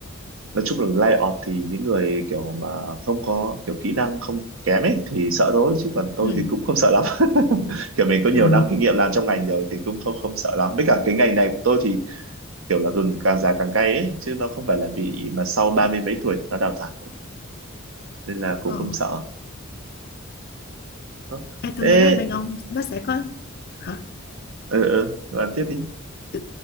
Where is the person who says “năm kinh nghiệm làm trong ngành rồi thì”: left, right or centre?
Right